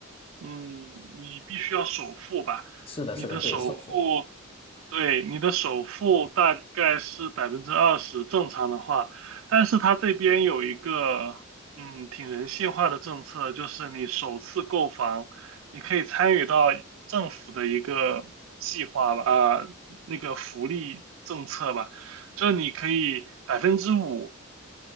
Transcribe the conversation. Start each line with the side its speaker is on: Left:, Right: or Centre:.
Right: 嗯，你必须要首付吧？
Left: 是的，
Right: 你的首付
Left: 是的，对，首付。
Right: 对，你的首付大概是百分之二十，正常的话，但是它这边有一个嗯挺人性化的政策，就是你首次购房，你可以参与到政府的一个计划吧，啊、那个福利政策吧，就是你可以百分之五